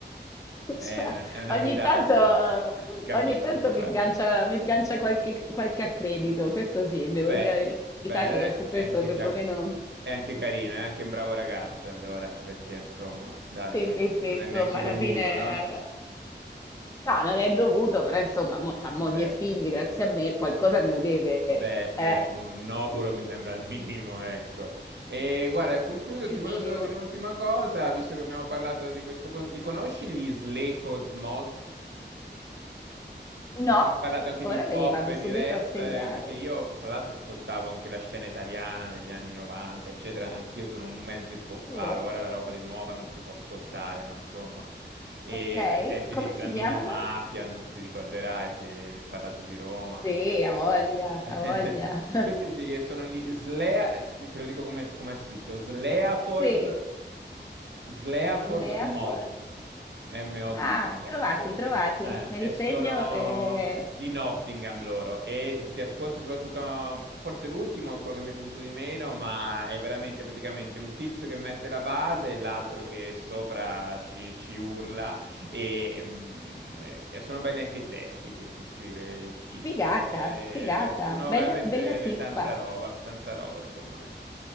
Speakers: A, on the right; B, on the left.
A: È
B: Cioè,
A: una, è una
B: ogni
A: vitaccia,
B: tanto, eh,
A: ti capisco,
B: ogni tanto
A: guarda.
B: mi sgancia, mi sgancia qualche, qualche accredito, questo sì, devo
A: Beh,
B: dire la
A: beh,
B: verità
A: allora
B: che su
A: è
B: questo
A: anche,
B: perlomeno...
A: già- è anche carino, è anche un bravo ragazzo, allora, perché insomma, dai,
B: Sì,
A: non,
B: sì,
A: gli-
B: sì,
A: non
B: insomma,
A: è neanche dovuto,
B: alla fine...
A: no?
B: eh, No, non è dovuto, però insomma, mo c'ha moglie
A: Beh.
B: e figli, grazie a me, qualcosa me lo deve,
A: Beh, beh,
B: eh.
A: un, un obolo
B: <laughs>
A: mi sembra il minimo, ecco. E guarda, concluso,
B: Il
A: ti volevo
B: minimo.
A: solo dire un'ultima cosa, visto che abbiamo parlato di questo... con- Li conosci gli Slayford's Mods? Visto
B: No,
A: che hai parlato anche di
B: ora
A: pop
B: me li vado
A: e di
B: subito
A: rap,
B: a segnare.
A: eh, perché io, tra l'altro, ascoltavo anche la scena italiana degli anni 90, eccetera. Anch'io sono un mezzo hippopparo,
B: Eh.
A: ora la roba di nuova non si può ascoltare, ma insomma... E
B: Ok,
A: ai tempi
B: come
A: dei Flaminio
B: si chiamano?
A: Mafia, non ti ricorderai se hai parlato di Roma,
B: Sì,
A: gente
B: ha voglia,
A: eh,
B: ha voglia. <laughs>
A: <laughs> Questi sì che sono gli Slea, eh, scri- te lo dico come, come è scritto, Sleaford,
B: Sì,
A: Sleaford
B: Sleafor.
A: Mods, M-O-D-S,
B: Ah, trovati,
A: e,
B: trovati.
A: s- eh,
B: Me
A: e
B: li segno.
A: sono
B: eh,
A: di Nottingham loro. E se ti ascolti soprattutto, forse l'ultimo è quello che mi è piaciuto di meno, ma è veramente praticamente un tizio che mette la base e l'altro che sopra ci, ci urla Ehm, E, mm, e sono belli anche i testi che si scrive il tizio.
B: Figata,
A: E,
B: figata,
A: e sono
B: bella,
A: veramente
B: bella tippa.
A: tanta roba, tanta roba secondo me.